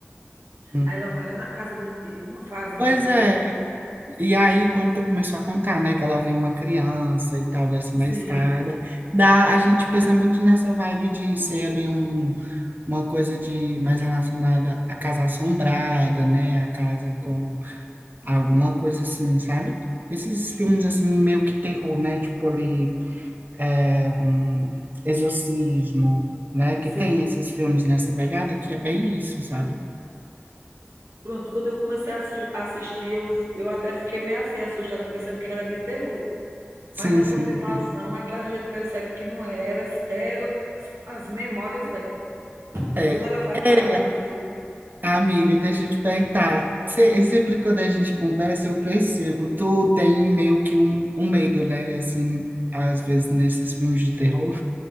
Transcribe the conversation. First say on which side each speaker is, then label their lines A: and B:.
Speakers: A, on the right; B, on the right.
A: Hum.
B: Aí ela vai lá na casa do tio, uma fazenda
A: Pois
B: que tem
A: é,
B: perto.
A: E aí, quando tu começou a contar, né, que ela viu uma criança e tal, assim,
B: Sim,
A: na escada, dá, a gente pensa muito nessa vibe de ser ali um, uma coisa de mais relacionada à casa assombrada, né, a casa com alguma coisa assim, sabe? Esses filmes, assim, meio que terror, né, tipo ali, é, hum, Exorcismo, né, que
B: sim.
A: tem esses filmes nessa pegada que é bem isso, sabe?
B: Pronto, quando eu comecei a assis assistir, eu eu até fiquei meio assim, assustada, pensando que era de terror.
A: Sim,
B: Mas na
A: sim.
B: continuação é que a gente percebe que não era ela as memórias dela.
A: É,
B: Quando ela vai
A: é,
B: falar com o
A: Amiga, deixa eu te perguntar. Se- Sempre quando a gente conversa, eu percebo. Tu tem meio que um, um medo, né? Assim, às vezes nesses filmes de terror.